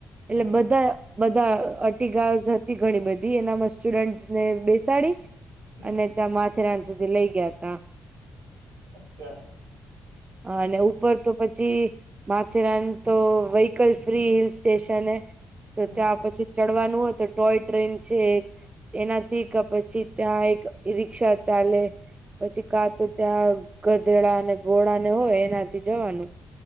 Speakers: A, on the right (about 70°); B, on the right (about 25°).
A: હમ
B: એટલે બધા. બધા અર્ટિગાસ હતી, ઘણી બધી એનામાં સ્ટુડન્ટસને બેસાડી.
A: હમ
B: અને ત્યાં માથેરાન સુધી લઈ ગયા તા.
A: અચ્છા.
B: અને ઉપર તો પછી માથેરાન તો વ્હકલ ફ્રી હિલ સ્ટેશન એ,
A: હમ
B: તો ત્યાં પછી ચડવાનું હોય, તો ટોય ટ્રેન છે, એક. એનાથી પછી ત્યાં એક રિક્ષા ચાલે. પછી કા તો ત્યાં ગધેડાને, ધોળાને હોય, એનાથી જવાનું.